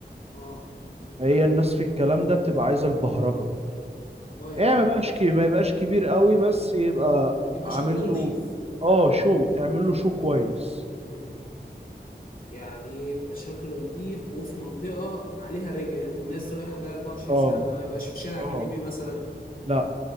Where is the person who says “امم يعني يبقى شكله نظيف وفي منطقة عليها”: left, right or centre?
Left